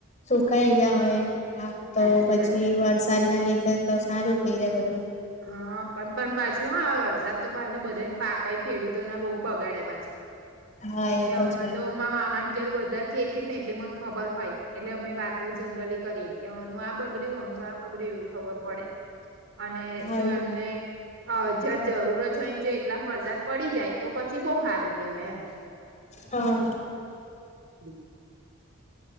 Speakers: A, on the left; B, on the right.
A: સુકાઈ ગયા હોય છે. હા તો
B: સાચી
A: પછી
B: વાત
A: વરસાદી ના લઈ જાય તો સારું થઈ જાયું
B: હા પણ પણ પાછું હા વરસાદ તો પાછું બધાને પાકય ખેડૂતો ના બહુ બગાડે પાછું
A: હા
B: કેમકે
A: એ તો
B: હમરે
A: છે
B: તોમાં માવાની વધ ખેતી જ ને એટલે મને ખબર હોય એટલે અમે વાતો જનરલી કરી કેવાનું આ બગડ નું આ બગડ્યું એવું ખબર પડે અને
A: હા
B: જો એમને હ જજ જરૂર જ હોયને જો એટલામ વરસાદ પડી જાય તો પછી બહ સારું કેહેવાય એમ
A: હા
B: <unintelligible>